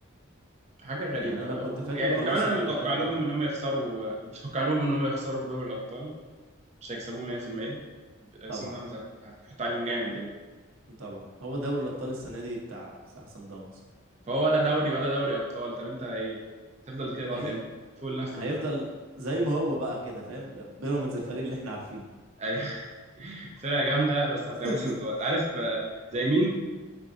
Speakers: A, on the right; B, on the right.
A: حاجه غريبه
B: يعني انا كنت
A: و-
B: فاكر
A: يعني
B: خلاص
A: وكمان انا
B: ان
A: متوقع
B: الاهلي
A: لهم
B: بره
A: ان هم يخسروا <laughs> متوقع لهم ان هم يخسروا في دوري الابطال مش هيكسبوه 100%
B: طبعا
A: سان داونز هت- هتحط عليهم جامد يعني
B: طبعا هو دوري الابطال السنه دي بتاع بتاع سان داونز
A: فهو ولا دوري ولا دوري ابطال طب انت ايه هتفضل كده لغايه
B: هي...
A: امتى فوق لنفسك
B: هيفضل
A: بقى فاهم
B: زي ما هو بقى كده فاهم بيراميدز الفريق اللي احنا عارفينه
A: ايوه <laughs> فرقه جامده بس ما بتعملش
B: <laughs>
A: بطولات عارف آه، زي مين